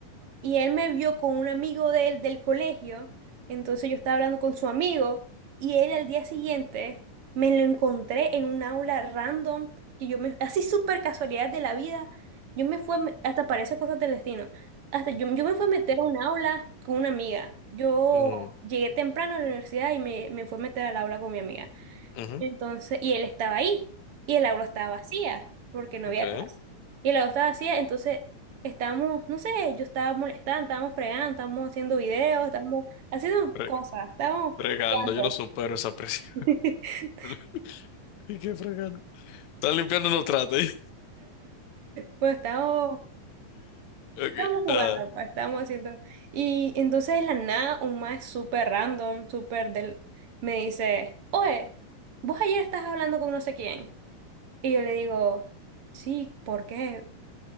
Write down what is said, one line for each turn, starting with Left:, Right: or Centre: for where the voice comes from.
Right: Y él me vio con un amigo de él del colegio, entonces yo estaba hablando con su amigo y él al día siguiente me lo encontré en un aula random que yo me, así súper casualidad de la vida, yo me fui, a me- hasta parece cosas del destino, hasta yo, yo me fui a meter a un aula con una amiga, yo
Left: Mm,
Right: llegué temprano a la universidad y me, me fui a meter al aula con mi amiga.
Left: ujú.
Right: Entonces, y él estaba ahí, y el aula estaba vacía, porque no
Left: Ok.
Right: había clase. Y el aula estaba vacía, entonces estábamos, no sé, yo estaba molestando, estábamos fregando, estábamos haciendo videos, estábamos haciendo
Left: Ok.
Right: cosas, estábamos
Left: Fregando,
Right: jugando.
Left: yo no supero esa presión.
Right: <laughs>
Left: <laughs> ¿Y qué fregando? Están limpiando unos tratos. <laughs> ahí.
Right: Pues estábamos,
Left: Ok,
Right: estábamos jugando,
Left: ah.
Right: pues estábamos haciendo. Y entonces de la nada, un más súper random, súper del, me dice, oye, vos ayer estás hablando con no sé quién. Y yo le digo, sí, ¿por qué?